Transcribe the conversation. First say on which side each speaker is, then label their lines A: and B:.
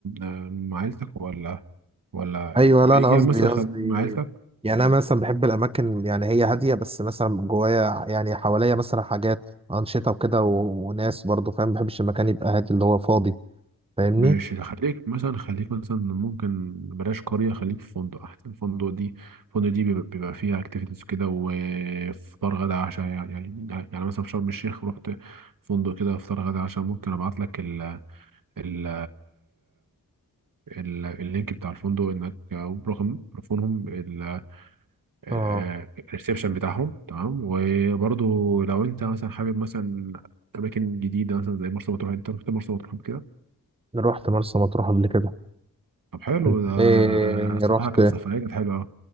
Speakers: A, on the right (about 65°); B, on the right (about 15°).
A: آه، مع عيلتك ولا ولا
B: ايوه لا
A: يعني
B: انا قصدي
A: مثلا
B: قصدي
A: خل- مع عيلتك
B: يعني انا مثلا بحب الاماكن يعني هي هاديه بس مثلا جوايا يعني حواليا مثلا حاجات انشطه وكده و... وناس برضو فاهم ما بحبش المكان يبقى هادي اللي هو فاضي فاهمني
A: ماشي ده خليك مثلا خليك مثلا ممكن بلاش قرية خليك في فندق أحسن الفندق دي الفندق دي بيبقى بيبقى فيها أكتيفيتيز كده وفطار غدا عشاء يعني يعني يعني مثلا في شرم الشيخ رحت فندق كده فطار غدا عشاء ممكن أبعت لك ال ال ال اللينك بتاع الفندق إنك أو رقم تليفونهم ال- آه،
B: اه
A: الريسبشن بتاعهم تمام وبرضه لو أنت مثلا حابب مثلا أماكن جديدة مثلا زي مرسى مطروح أنت رحت مرسى مطروح قبل كده
B: رحت مرسى مطروح قبل كده
A: طب حلو
B: انت
A: ده
B: ايه
A: صراحة
B: رحت
A: كانت سفرية كانت حلوة أوي